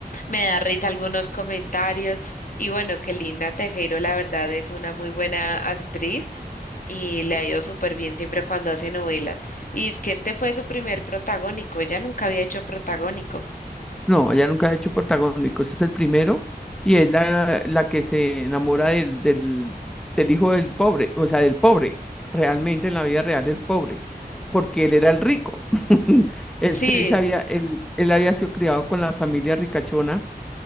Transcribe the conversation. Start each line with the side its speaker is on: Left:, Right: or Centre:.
Left: me da risa algunos comentarios y bueno, que Lina Tejero la verdad es una muy buena actriz y le ha ido súper bien siempre cuando hace novelas. Y es que este fue su primer protagónico, ella nunca había hecho protagónico.
Centre: No, ella nunca ha hecho protagónico. Este es el primero y es la, la que se enamora del, del, del hijo del pobre, o sea, del pobre, realmente en la vida real del pobre, porque él era el rico. <laughs> Él,
Left: Sí,
Centre: se se había, él, él había sido criado con la familia ricachona,